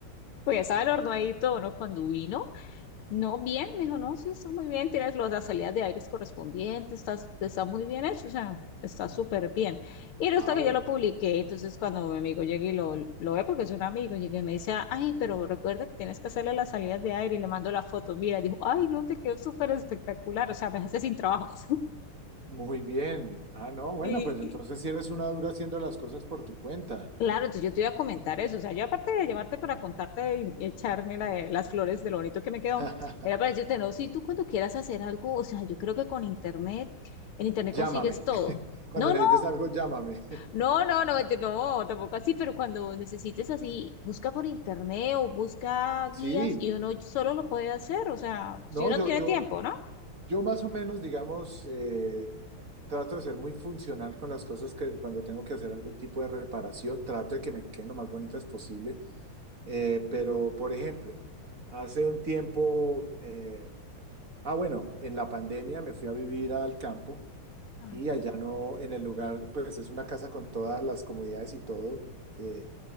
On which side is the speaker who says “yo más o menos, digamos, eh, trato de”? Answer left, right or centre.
Right